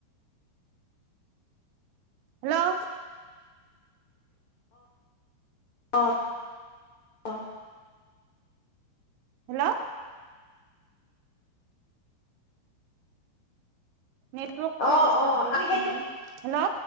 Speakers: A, on the right; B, on the left.
A: হেল্ল'
B: অঁ অঁ
A: হেল্ল' নেটৱৰ্কটো
B: অ অ
A: ডিষ্টাৰ্ব
B: অ
A: দি
B: আমি
A: আছোি
B: সেইটো
A: হেল্ল'